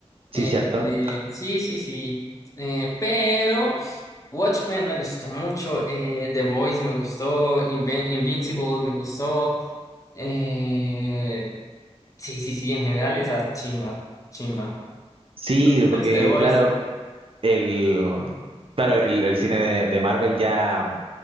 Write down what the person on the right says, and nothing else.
Sí,
cierto.
Sí,
porque
claro, el... Claro, el, el cine de, de Marvel ya